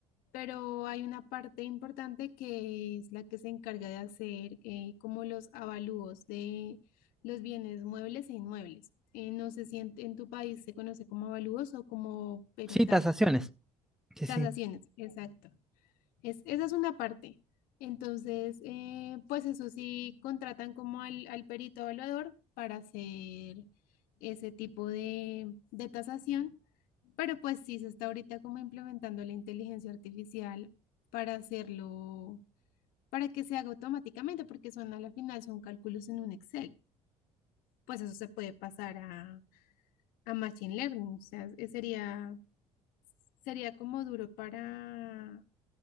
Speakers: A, on the left; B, in the centre.
A: pero hay una parte importante que es la que se encarga de hacer eh, como los avalúos de los bienes muebles e inmuebles. Eh, no sé si en, en tu país se conoce como avalúos o como peritaje,
B: Sí, tasaciones. Sí,
A: tasaciones,
B: sí.
A: exacto. Es, esa es una parte. Entonces, eh, pues eso sí, contratan como al, al perito evaluador para hacer ese tipo de, de tasación, pero pues sí se está ahorita como implementando la inteligencia artificial para hacerlo, para que se haga automáticamente, porque son a la final, son cálculos en un Excel. Pues eso se puede pasar a, a Machine Learning, o sea, eh, sería, sería como duro para